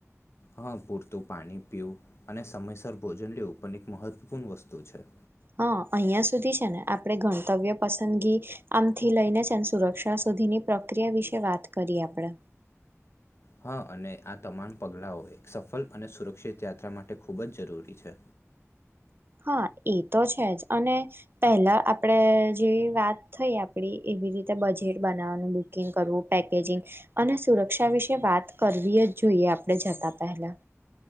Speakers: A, on the left (about 55°); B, on the right (about 45°).
A: હા પૂરતું પાણી પીવું અને સમયસર ભોજન લેવું પણ એક મહત્વપૂર્ણ વસ્તુ છે
B: હા અહિયાં સુધી છે ને આપે ગણતવ્ય પસંદગી આમથી લઈને જ સુરક્ષા સુધીની પ્રક્રિયા વિશે વાત કરીએ આપણે
A: હા અને આ તમામ પગલાઓ એક સફળ અને સુરક્ષિત યાત્રા માટે ખૂબ જ જરૂરી છે
B: હા એ તો છે જ અને પહેલા આપણે જે વાત થઈ આપડી એવી રીતે બજેટ બનાવવાનું બુકિંગ કરવું પેકેજિંગ અને સુરક્ષા વિશે વાત કરવીયે જ જોઈએ આપણે જતા પેહલા